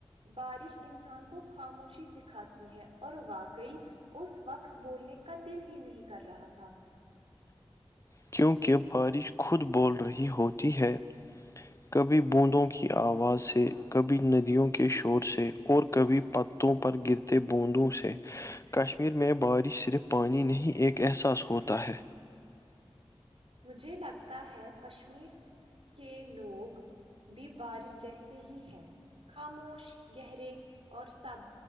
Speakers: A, on the right; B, on the left.
A: بارش انسان کو خاموشی سکھاتی ہے اور واقعی اس وقت بولنے کا دل ہی نہیں کر رہا تھا
B: کیونکہ بارش خود بول رہی ہوتی ہے کبھی بوندوں کی آواز سے کبھی ندیوں کے شور سے اور کبھی پتوں پر گرتے بوندوں سے کشمیر میں بارش صرف پانی نہیں ایک احساس ہوتا ہے
A: مجھے لگتا ہے کشمیر کے لوگ بھی بارش جیسے ہی ہے خاموش گہرے اور سب